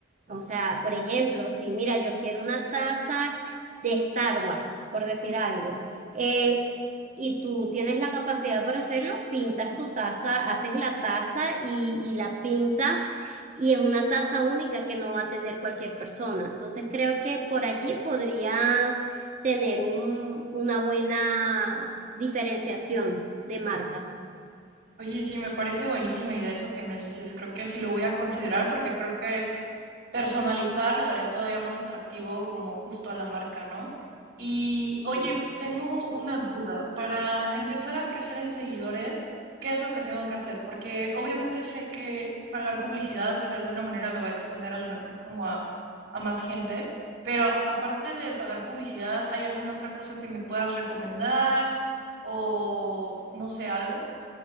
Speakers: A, on the right; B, on the right.
A: O sea, por ejemplo, si mira, yo quiero una taza de Star Wars, por decir algo, eh, y tú tienes la capacidad para hacerlo, pintas tu taza, haces la taza y, y la pintas, y es una taza única que no va a tener cualquier persona. Entonces creo que por allí podrías tener un, una buena diferenciación de marca.
B: Oye, sí, me parece buenísima idea eso que me dices. Creo que sí lo voy a considerar porque creo que personalizar le daría todavía más atractivo como justo a la marca, ¿no? Y oye,
A: Sí.
B: tengo una duda. Para empezar a crecer en seguidores, ¿qué es lo que tengo que hacer? Porque obviamente sé que pagar publicidad, pues de alguna manera me va a exponer a lo mejor como a, a más gente, pero aparte de pagar publicidad, ¿hay alguna otra cosa que me puedas recomendar? O no sé, algo.